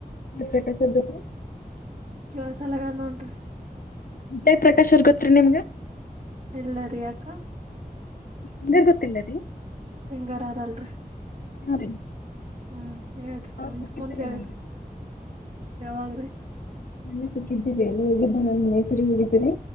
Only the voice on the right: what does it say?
ಕೇಳ್ಸಲಾಗದ ನೋಡ್ರಿ,
ಇಲ್ಲರಿ ಯಾಕ್ಕ
ಸಿಂಗರ್ಾರಲ್ರಿ <unintelligible>
ಹ್ಮ್, ಹೇಳ್ರಿ
ಮುಂದ್
-ಮುಂದ್ಹೇಳ್ರಿ
ಯಾವಾಗ್ರಿ. <unintelligible>